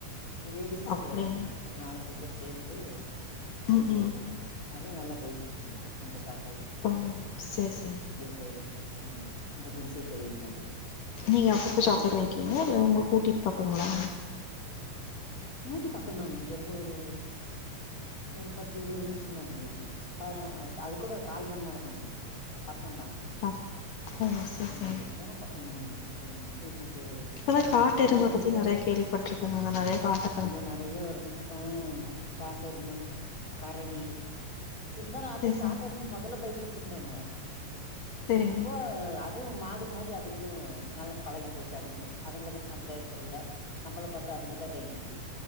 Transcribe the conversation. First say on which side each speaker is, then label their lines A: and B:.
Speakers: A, on the left; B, on the left.
A: அ லேடிஸ் தா
B: அப்டியா
A: செய்யறாங்கல்ல ஒரு நாலஞ்சு பேர் சேந்து அது
B: ம்
A: செய்யுறாங்க
B: ம்
A: அது நல்லா போய்ட்ருக்குங்க அந்த சாக்
B: ம் செர் செரி
A: செய்றது இந்த குடிசை தொழில் மாதிரி
B: நீங்க அப்பப்ப
A: எல்லா
B: சாக்லேட்
A: சூப்பரா
B: வாங்கிக்கீங்களா
A: போயிட்டு
B: இல்ல உங்களுக்கு ஊட்டி பக்கங்களா
A: ஊட்டி பக்கம்தாங்க இங்கிருந்து ஒரு ஒரு பத்து இருபது நிமிஷம் தாங்க ஊட்டி அது கூட கால்மந்நேரம் தாங்க பக்கம்தான்
B: ஆ ஓ சேரி
A: உம்
B: சேரி
A: ஏனப்பா உம் செரிங்க ஊட்டி இப்ப
B: இப்பதான் காட்டெருமை
A: இப்பல்லாம் கொஞ்சம்
B: பத்தி
A: இப்ப
B: நெறய கேள்விப்பட்ருக்கங்க நெறய காட்டு
A: ஐயோ நெறய வருதுங்க ஆஹ் காட்டு எருமை கரடி இருந்தாலும் அது
B: சரி
A: காட்டெருமனு முதல்ல பயந்துட்டு இருந்தாங்க
B: சரி சரிங்க
A: இப்போ அதுவும் மாடு மா அதுங்களும் நல்லா பழகி போச்சு அதுங்களும் அதுங்கள பாத்து நம்ம பயப்படுறதுல்ல நம்மள பாத்தா அதுங்கதான் பயந்துக்குது